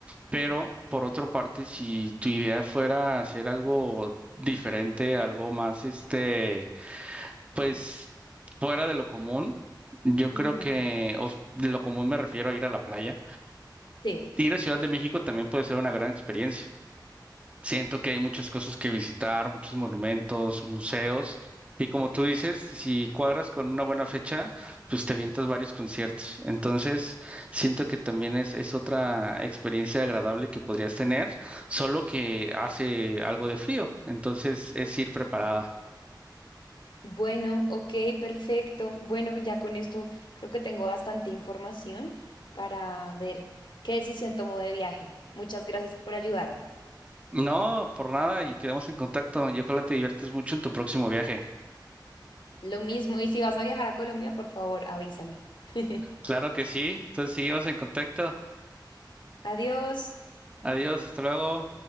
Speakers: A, on the right; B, on the left.
A: Pero por otra parte, si tu idea fuera hacer algo diferente, algo más, este, pues fuera de lo común, yo
B: Ujú.
A: creo que o s- de lo común me refiero a ir a la playa.
B: sí.
A: Ir a Ciudad de México también puede ser una gran experiencia. Siento que hay muchas cosas que visitar, muchos monumentos, museos. Y como tú dices, si cuadras con una buena fecha, pues te vientas varios conciertos. Entonces, siento que también es, es otra experiencia agradable que podrías tener, solo que hace algo de frío. Entonces, es ir preparada.
B: Bueno, ok, perfecto. Bueno, ya con esto creo que tengo bastante información para ver qué decisión tomo de viaje. Muchas gracias por ayudarme.
A: No, por nada, y quedamos en contacto. Y ojalá te diviertas mucho en tu próximo viaje.
B: Lo mismo, y si vas a viajar a Colombia, por favor, avísame. <laughs>
A: Claro que sí. Entonces, seguimos en contacto.
B: Adiós.
A: Adiós, hasta luego.